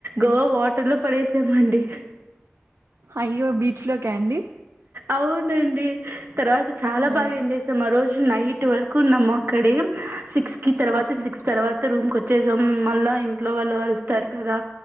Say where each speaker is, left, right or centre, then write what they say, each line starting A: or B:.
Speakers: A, on the right; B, on the right.
A: గవా వాటర్ లో పడేసా అండి
B: అయ్యో బీచ్ లోకా అండి
A: అవునండి తర్వాత చాలా
B: అయ్యో
A: బాగా ఏం చేసాం ఆ రోజు నైట్ టు వరకు ఉన్నాము అక్కడే సిక్స్ కి తర్వాత
B: ఓకే
A: సిక్స్ తర్వాత రూమ్ మళ్ళ ఇంట్లో వాళ్ళు కస్తారు కదా